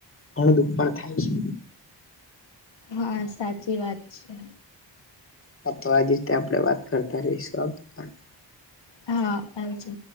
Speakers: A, on the left (about 30°); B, on the left (about 75°).
A: ઘણું દુખ પણ થાય છે
B: હા સાચી વાત છે
A: હા તો આજ રીતે આપડે વાત કરતા રહીશું આ પણ
B: હા આવજો